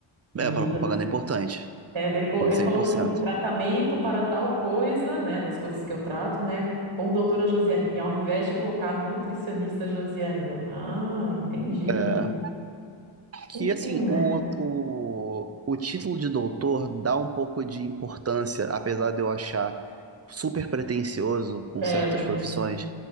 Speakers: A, on the right (about 70°); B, on the right (about 35°).
A: E
B: É, a propaganda é importante.
A: É, daí ele, colo-
B: Com
A: ele
B: 100%.
A: falou assim, tratamento para tal coisa, né, das coisas que eu trato, né, com doutora Josiane. E ao invés de colocar nutricionista Josiane, deu, ah, entendi.
B: É. Que,
A: Enfim,
B: assim,
A: né?
B: o, o, o título de doutor dá um pouco de importância, apesar de eu achar super pretensioso com
A: É,
B: certas
A: eu também,
B: profissões.